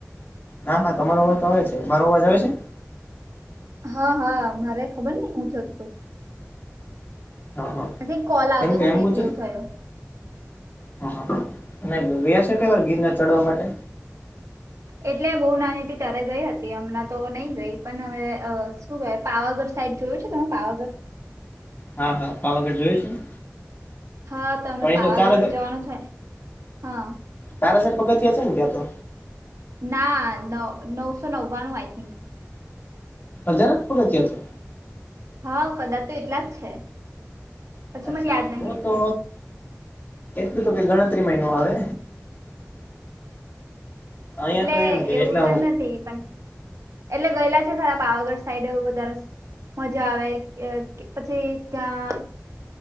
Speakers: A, on the left (about 35°); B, on the right (about 70°).
A: હા હા તમારો અવાજ તો આવે છે મારો અવાજ આવે છે?
B: હા હા મારે ખબર ની હું થતું હતું.
A: હા હા
B: આઈ કોલ
A: કેમ
B: આવતો
A: કે
B: હતો
A: એમ
B: ને
A: પૂછું?
B: એટલે એવું થયું
A: હ હ તમે ગીતા છો કોઈ વાર ગીરના ચઢવા માટે.
B: એટલે બો નાની હતીથી ત્યારે ગઈ હતી હમણાં તો નઈ ગઈ પણ હવે શું કેવ પાવાગઢ સાઈડ જોયું છે તમે પાવાગઢ
A: હા હા પાવાગર જોયું છે.
B: હા તમે
A: પણ
B: પાવાગઢ
A: એ તો ચાર હજાર
B: જવાનું થાય હા
A: ચાર હજાર પગથીયા છે ને ત્યાં તો.
B: ના ન નવસો નવ્વાણું આઈ થિંક.
A: હજાર જ પગથિયાં છે?
B: હા કદાચ તો એટલા જ છે પછી
A: અચ્છા
B: મને યાદ નહીં
A: તો
B: એટલે.
A: તો એટલું તો કઈ ગણતરી નય આવે. અહિયાં
B: એટલે
A: તો એમ કે
B: એવું
A: એટલા
B: તો નથી પણ એટલે ગયેલા છે ખરા પાવાગઢ સાઈડ વધારે મજા આવે પછી ત્યાં